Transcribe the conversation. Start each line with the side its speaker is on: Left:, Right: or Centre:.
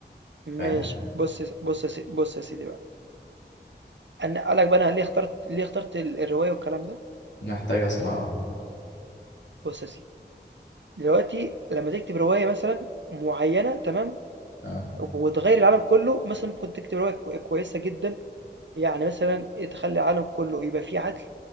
Right: ماشي
Left: فاهم
Right: بص يا س- بص يا سي- بص يا سيدي بقى انا قالك بقى انا ليه اخترت ليه اخترت ال- الرواية والكلام ده
Left: فمحتاج أسمع
Right: بص يا سيدي دلوقتي لما تكتب رواية مثلا معينة تمام
Left: اه
Right: وتغير العالم كله مثلا ممكن تكتب رواية كو- كويسة جدا يعني مثلا تخلي العالم كله يبقى فيه عدل